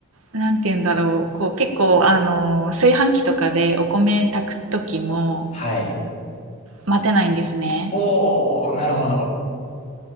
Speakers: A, on the right; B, on the left.
A: なんて言うんだろう、こう結構あの炊飯器とかでお米炊く時も
B: はい。
A: 待てないんですね。
B: おー、なるほど。